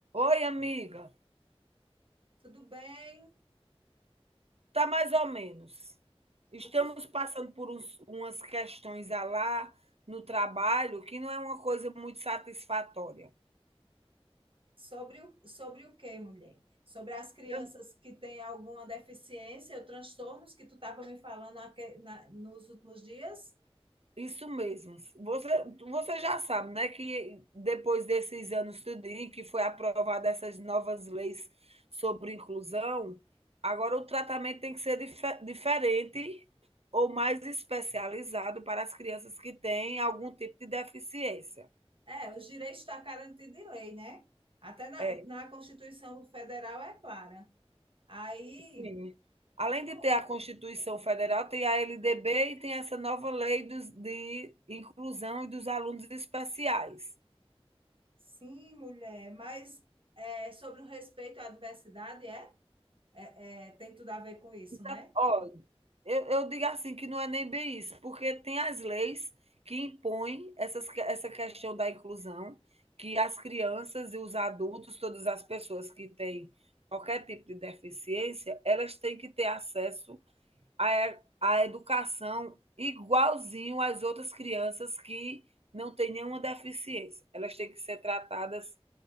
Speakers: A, on the right; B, on the right.
A: Oi, amiga.
B: Tudo bem?
A: Tá mais ou menos. Estamos
B: O que
A: passando por uns- umas questões a lá no trabalho que não é uma coisa muito satisfatória.
B: sobre o, sobre o quê, mulher? Sobre as crianças
A: Eu-
B: que têm alguma deficiência ou transtornos que tu estava me falando aque- na- nos últimos dias?
A: isso mesmo. Você, você já sabe, né, que depois desses anos tudinho que foi aprovada essas novas leis sobre inclusão, agora o tratamento tem que ser dife- diferente ou mais especializado para as crianças que têm algum tipo de deficiência.
B: É, os direitos estão garantidos em lei, né? Até na,
A: É,
B: na Constituição Federal é clara. Aí,
A: Sim. Além
B: como?
A: de ter a Constituição Federal, tem a LDB e tem essa nova lei dos de inclusão e dos alunos especiais.
B: Sim, mulher, mas é, sobre o respeito à diversidade, é? É, é, tem tudo a ver com isso,
A: Exato.
B: né?
A: Olha, eu eu digo assim, que não é nem bem isso, porque tem as leis que impõem essas que- essa questão da inclusão, que as crianças e os adultos, todas as pessoas que têm qualquer tipo de deficiência, elas têm que ter acesso a, a educação igualzinho às outras crianças que não têm nenhuma deficiência. Elas têm que ser tratadas